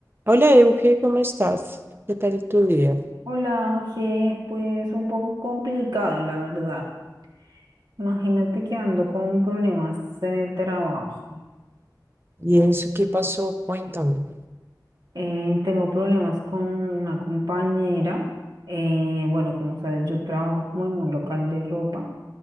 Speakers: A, on the right (about 30°); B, on the right (about 75°).
A: Hola Euge, ¿cómo estás? ¿Qué tal tu día?
B: Hola, Ángel, pues un poco complicado, la verdad. Imagínate que ando con problemas en el trabajo.
A: ¿Y eso qué pasó? Cuéntame.
B: Eh, tengo problemas con una compañera. Eh, bueno, como sabes, yo trabajo como en un local de ropa